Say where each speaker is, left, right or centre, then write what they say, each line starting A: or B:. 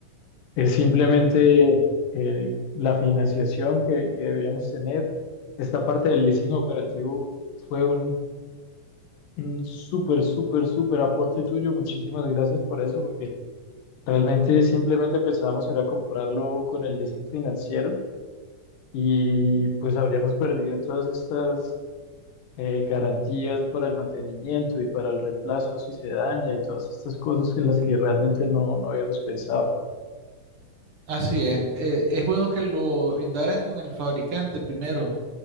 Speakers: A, on the left (about 80°); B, on the right (about 50°).
A: es simplemente eh, la financiación que, que debíamos tener. Esta parte del leasing operativo fue un, un súper, súper, súper aporte tuyo. Muchísimas gracias por eso, porque realmente simplemente pensábamos que era comprarlo con el leasing financiero y pues habríamos perdido todas estas eh, garantías para el mantenimiento y para el reemplazo si se daña y todas estas cosas en las que realmente no, no habíamos pensado.
B: Así es, eh, es bueno que lo indagues con el fabricante primero,